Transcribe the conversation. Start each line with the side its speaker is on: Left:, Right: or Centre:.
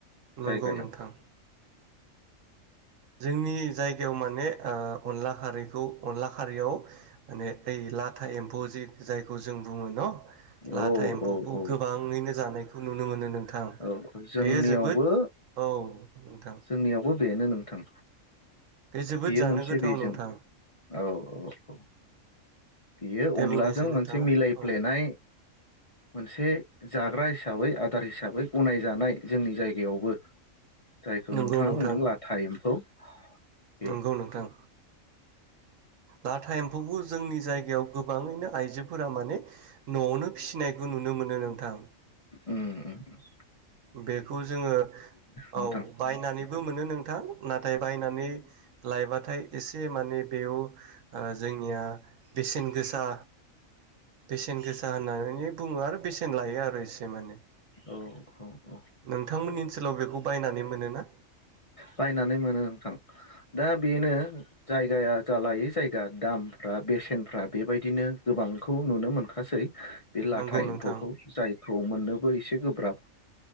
Left: जायगायाव
Right: नंगौ नोंथां जोंनि जायगायाव माने ओ अनला खारैखौ अनला खारैयाव माने ओइ लाथा एम्फ'जि जायखौ जों बुंङो न' लाथा
Left: औ
Right: एम्फौखौ
Left: औ औ
Right: गोबांङैनो जानायखौ नुनो मोनो। नोंथां
Left: औ जोंनियावबो
Right: बेयो जोबोद औ नोंथां
Left: जोंनियावबो बेनो नोंथां।
Right: बे जोबोद
Left: बेयो
Right: जानो
Left: मोनसे
Right: गोथाव
Left: बेजों
Right: नोंथां
Left: औ औ औ बेयो
Right: दे
Left: अनलाजों
Right: बुंनायसै नोंथाङा
Left: मोनसे मिलायफ्लेनाय
Right: औ
Left: मोनसे जाग्रा हिसाबै आदार हिसा बै गनायजानाय जोंनि जायगायावबो। जायखौ
Right: नंगौ
Left: नोंथांङा
Right: नोंथां
Left: बुंदों लाथा एम्फौ बे
Right: नंगौ नोंथां लाथा एम्फौखौ जोंनि जायगायाव गोबाङैनो आइजोफोरा माने न'आवनो फिसिनायखौ नुनो मोनो नोंथां।
Left: उम उम उम।
Right: बेखौ जोङो औ
Left: नोंथां
Right: बायनानैबो मोनो नोंथां। नाथाय बायनानै लायबाथाय एसे माने बेयाव ओ जोंनिया बेसेन गोसा बेसेन गोसा होननानै बुङो आरो बेसेन लायो आरो एसे माने।
Left: औ। औ औ
Right: नोंथांमोननि ओनसोलाव बेखौ बायनानै मोनोना?
Left: बायनानै मोनो नोंथां दा बेनो जायगाया जा लायै जायगा दामफ्रा बेसेनफ्रा बेबायदिनो गोबांखौ नुनो मोनखासै। बे लाथा
Right: नंगौ नोंथां
Left: एम्फौखौ जायखौ मोननोबो एसे गोब्राब।